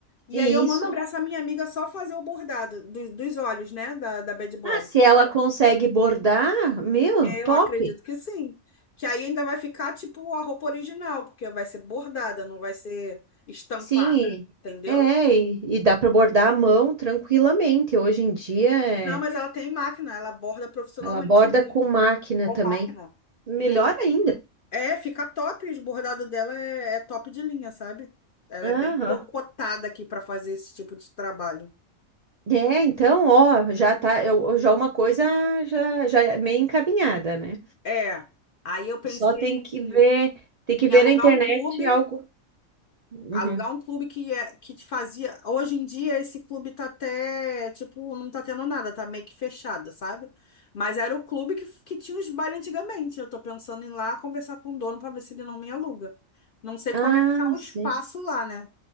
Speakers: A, on the left; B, on the right.
A: E
B: Isso.
A: aí eu mando para essa minha amiga só fazer o bordado do- dos olhos, né? Da, da Bad Boy.
B: Ah, se ela consegue bordar, meu,
A: É, Eu
B: top.
A: acredito que sim. Que aí ainda vai ficar tipo a roupa original, porque vai ser bordada, não vai ser estampada,
B: Sim,
A: entendeu?
B: e- é, e, e dá para bordar à mão tranquilamente. Hoje em dia, é,
A: Não, mas ela tem máquina, ela borda profissionalmente
B: ela borda
A: mesmo,
B: com máquina
A: com
B: também.
A: máquina.
B: Melhor
A: E eu,
B: ainda.
A: É, fica top. O bordado dela é, é top de linha, sabe? Ela
B: Aham.
A: é bem co- cotada aqui para fazer esse tipo de trabalho.
B: É, então, ó, já tá, eu- já uma coisa já, já é meio encaminhada, né?
A: É. Aí eu pensei
B: Só tem que
A: em
B: ver, tem que
A: em
B: ver
A: alugar
B: na internet
A: um clube,
B: algo. Uhum.
A: alugar um clube que é, que te fazia. Hoje em dia esse clube tá até, tipo, não tá tendo nada, tá meio que fechado, sabe? Mas era o clube que, que tinha os bailes antigamente. Eu tô pensando em ir lá conversar com o dono para ver se ele não me aluga. Não sei como
B: Ah,
A: é que tá o
B: sim.
A: espaço lá, né?